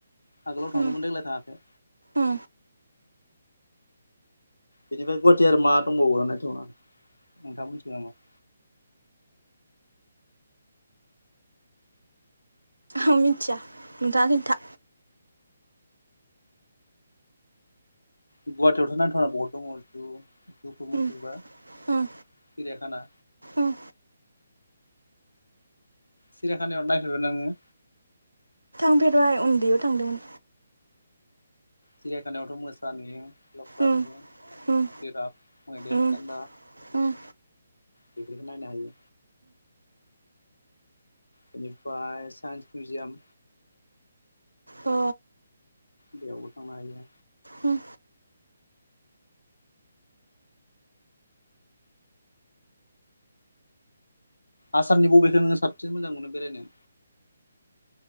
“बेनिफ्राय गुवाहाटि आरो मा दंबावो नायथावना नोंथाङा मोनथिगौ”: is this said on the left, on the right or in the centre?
Left